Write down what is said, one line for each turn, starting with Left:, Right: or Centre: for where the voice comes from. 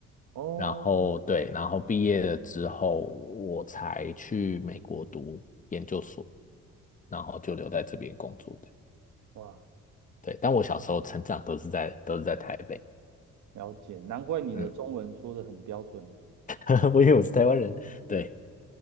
Right: 哦，
Left: 然后对，然后毕业了之后，我才去美国读研究所，然后就留在这边工作的，
Right: 哇，
Left: 对，但我小时候成长都是在都是在台北，
Right: 了解，难怪你的中文说的很标准。
Left: 嗯，<laughs> 我以为我是台湾人，对。